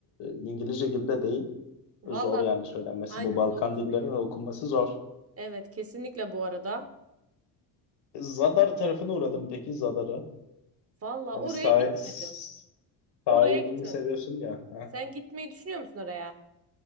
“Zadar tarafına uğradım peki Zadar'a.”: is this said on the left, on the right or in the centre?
Left